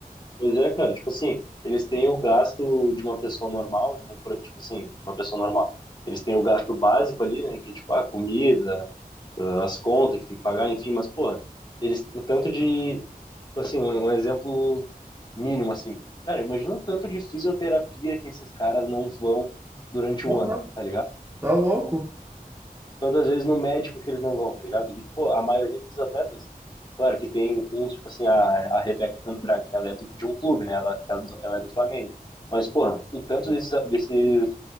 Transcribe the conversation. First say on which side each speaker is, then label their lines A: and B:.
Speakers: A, on the left; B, on the right.
A: Pois é, cara, tipo assim, eles têm o gasto de uma pessoa normal, né, por, tipo assim, uma pessoa normal. Eles têm o gasto básico ali, né, que é, tipo, a comida, ah, as contas que tem que pagar, enfim, mas, porra, eles, o tanto de, tipo assim, um, um exemplo mínimo, assim, cara, imagina o tanto de fisioterapia que esses caras não vão durante
B: Porra,
A: o ano, tá ligado?
B: tá louco.
A: todas as vezes no médico que eles não vão, tá ligado? E, pô, a maioria desses atletas, claro que tem uns, tipo assim, a, a Rebeca Andrade, ela é do, de um clube, né? Ela, ela, ela é do Flamengo. Mas, porra, o tanto desses, desses